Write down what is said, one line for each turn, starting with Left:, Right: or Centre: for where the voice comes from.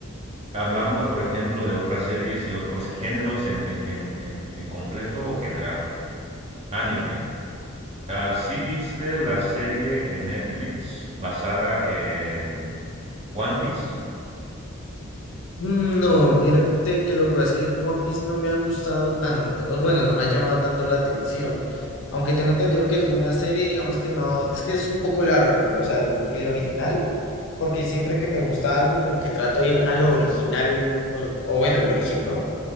Right: hablamos, por ejemplo, de otras series y otros géneros en, en- en- en- en completo o general. Anime. Ah, ¿sí viste la serie en Netflix basada en One Piece?
Left: No, mírate que lo que pasa es que One Piece no me ha gustado tanto, o bueno, no me ha llamado tanto la atención, aunque tengo entendido que es buena serie, digamos que no, es que es un poco largo, o sea, el, el original, porque siempre que me gusta algo como que trato de ir a lo original, o, o bueno, el origen, ¿no?